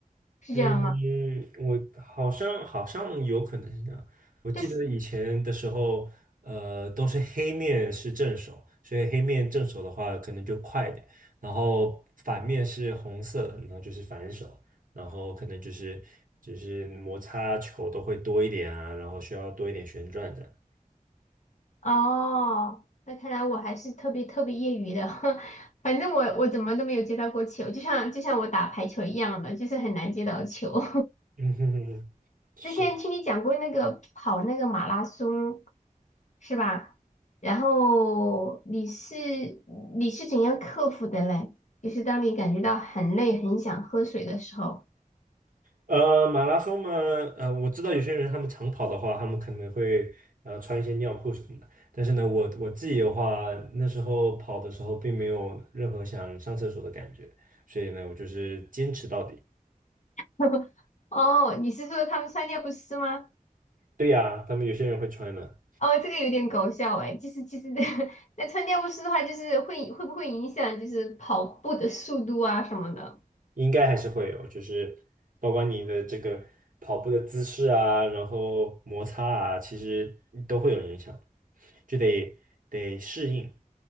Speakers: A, on the left; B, on the right.
A: 是这样吗？
B: 嗯，我好像好像有可能是这样。我记得以前的时候，
A: 这是。
B: 呃，都是黑面是正手，所以黑面正手的话可能就快一点，然后反面是红色的然后就是反手，然后可能就是就是摩擦球都会多一点啊，然后需要多一点旋转的。
A: 哦，那看来我还是特别特别业余的，<laughs> 反正我我怎么都没有接到过球，就像就像我打排球一样的，就是很难接到球。
B: 嗯哼哼哼，<laughs>
A: <laughs>
B: 是。
A: 之前听你讲过那个跑那个马拉松，是吧？然后你是你是怎样克服的嘞？就是当你感觉到很累、很想喝水的时候。
B: 呃，马拉松嘛，呃，我知道有些人他们长跑的话，他们可能会呃穿一些尿裤什么的。但是呢，我我自己的话，那时候跑的时候并没有任何想上厕所的感觉，所以呢，我就是坚持到底。
A: <laughs> 哦，你是说他们穿尿不湿吗？
B: 对呀，他们有些人会穿的，
A: 哦，这个有点搞笑哎，就是其实 <laughs> 那穿尿不湿的话，就是会会不会影响就是跑步的速度啊什么的？
B: 应该还是会有，就是包括你的这个跑步的姿势啊，然后摩擦啊，其实都会有影响，就得得适应。